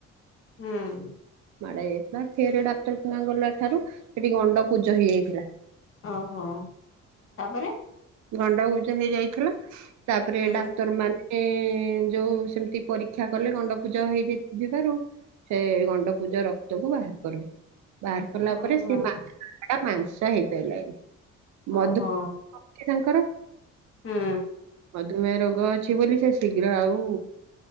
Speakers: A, on the left (about 45°); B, on the right (about 70°).
A: <unintelligible> ହୁଁ
B: ମାଡ଼ ହେଇଯାଇଥିଲା ଫେର୍ ଡାକ୍ଟର୍ ନା ଗଲା ଠାରୁ ସେଟି ଗଣ୍ଡ ପୂଜ ହେଇଯାଇଥିଲା।
A: ଅ ହ ତାପରେ
B: ଗଣ୍ଡପୂଜ ହେଇଯାଇଥିଲା। ତାପରେ
A: ହୁଁ।
B: ଡାକ୍ତର ମାନ୍ ଏ ଯୋଉ ସେମତି ପରୀକ୍ଷା କଲେ ଗଣ୍ଡ ପୂଜ ହେଇକି ଯିବାରୁ ସେ ଗଣ୍ଡ ପୂଜ ରକ୍ତକୁ ବାହାର କରବେ। ବାହାର୍ କଲା
A: ଓହୋ
B: ପରେ ସେ ମା <unintelligible> ମାଂସ୍ ତା ହେଇପାଇଲାନି। ମଧୁ
A: ଓହୋ
B: ଅଛି ତାଙ୍କର
A: ହୁଁ
B: ମଧୁମେୟ ରରଗ ଅଛି ବୋଲି ସେ ଶୀଘ୍ର ଆଉ